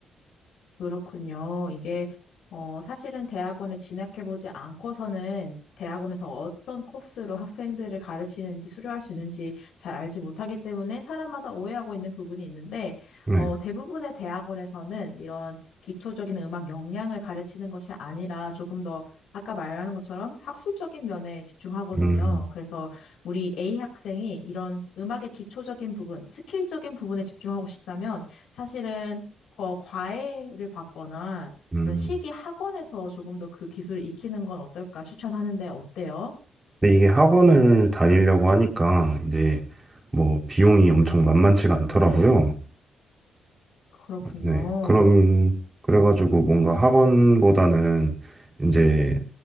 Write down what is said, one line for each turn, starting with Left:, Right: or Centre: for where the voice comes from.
Left: 그렇군요. 이게, 어, 사실은 대학원에 진학해보지 않고서는 대학원에서 어떤 코스로 학생들을 가르치는지 수료할 수 있는지 잘 알지 못하기 때문에 사람마다 오해하고 있는 부분이 있는데,
Right: 네.
Left: 어, 대부분의 대학원에서는 이런 기초적인 음악 역량을 가르치는 것이 아니라 조금 더 아까 말하는 것처럼 학술적인 면에 집중하거든요.
Right: 음,
Left: 그래서 우리 A 학생이 이런 음악의 기초적인 부분, 스킬적인 부분에 집중하고 싶다면 사실은 거 과외를 받거나
Right: 음.
Left: 이런 실기 학원에서 조금 더 그 기술을 익히는 건 어떨까 추천하는데 어때요?
Right: 근데 이게 학원을 다니려고 하니까 이제 뭐 비용이 엄청 만만치가 않더라고요.
Left: 그렇군요.
Right: 네. 그럼, 그래가지고 뭔가 학원보다는 이제